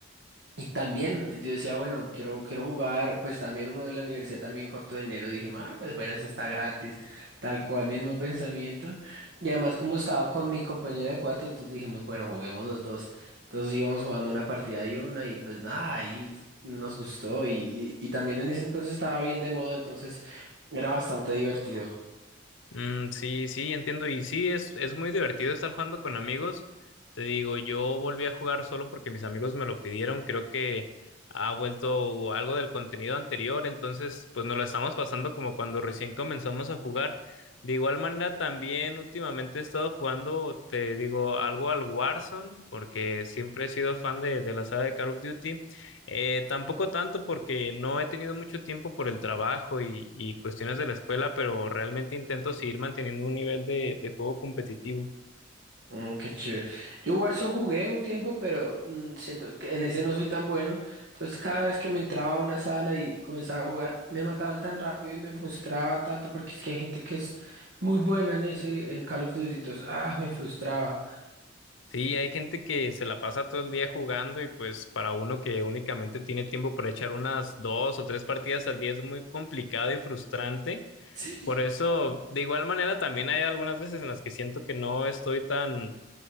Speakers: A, on the right (about 60°); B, on the left (about 70°).
A: y también yo decía, bueno, quiero, quiero jugar, pues también uno en la universidad también corto de dinero, dije, ah, pues bueno, eso está gratis, tal cual, mismo pensamiento. Y además como estaba con mi compañero de cuarto, entonces dijimos, bueno, juguemos los dos. Entonces íbamos jugando una partida y una y pues nada, ahí nos gustó y, y, y también en ese entonces estaba bien de moda, entonces era bastante divertido.
B: Mm, sí, sí, entiendo. Y sí, es, es muy divertido estar jugando con amigos. Te digo, yo volví a jugar solo porque mis amigos me lo pidieron. Creo que ha vuelto algo del contenido anterior. Entonces, pues nos lo estamos pasando como cuando recién comenzamos a jugar. De igual manera, también últimamente he estado jugando, te digo, algo al Warzone, porque siempre he sido fan de, de la saga de Call of Duty. Eh, tampoco tanto porque no he tenido mucho tiempo por el trabajo y, y cuestiones de la escuela, pero realmente intento seguir manteniendo un nivel de, de juego competitivo.
A: Mm, qué chévere. Yo Warzone jugué un tiempo, pero mm, siento que en ese no soy tan bueno. Entonces cada vez que me entraba a una sala y comenzaba a jugar, me mataban tan rápido y me frustraba tanto porque es que hay gente que es muy buena en ese, en Call of Duty. Entonces, ah, me frustraba.
B: Sí, hay gente que se la pasa todo el día jugando y pues para uno que únicamente tiene tiempo para echar unas dos o tres partidas al día es muy complicado y frustrante.
A: Sí.
B: Por eso, de igual manera, también hay algunas veces en las que siento que no estoy tan,